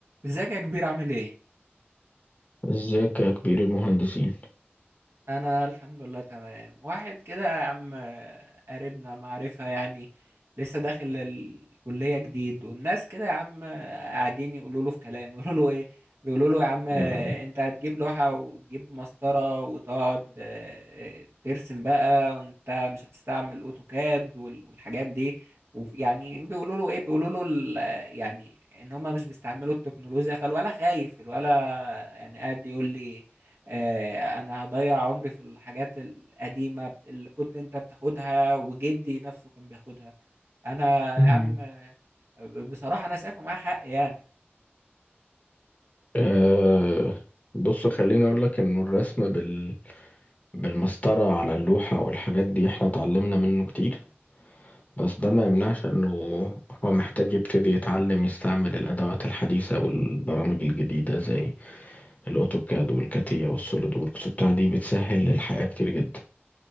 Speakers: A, on the right; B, on the left.
A: ازيك يا كبير عامل ايه؟
B: ازيك يا كبير المهندسين
A: انا الحمد لله تمام واحد كده يا عم آه، قريبنا معرفة يعني لسه داخل الكلية جديد والناس كده يا عم آه، قاعدين يقولوا له في كلام يقولوا له ايه؟ بيقولوا له يا عم آه،
B: آه.
A: انت هتجيب لوحة وتجيب مسطرة وتقعد آه، آه، ترسم بقى وانت مش هتستعمل اوتوكاد وال- والحاجات دي وف- يعني بيقولوا له ايه بيقولوا له ال- آه، يعني ان هما مش بيستعملوا التكنولوجيا فالولا خايف الولا يعني قاعد يقول لي آه، انا هضيع عمري في الحاجات القديمة اللي كنت انت بتاخدها وجدي نفسه كان بياخدها انا
B: مم.
A: يا عم آه، بصراحة انا شايفه معاه حق يعني
B: آه. بص خليني اقول لك انه الرسم بال... بالمسطرة على اللوحة والحاجات دي احنا اتعلمنا منه كتير بس ده ما يمنعش انه هو محتاج يبتدي يتعلم يستعمل الادوات الحديثة والبرامج الجديدة زي الاوتوكاد والكاتيا والسوليد ووركس بتاع دي بتسهل الحياة كتير جدا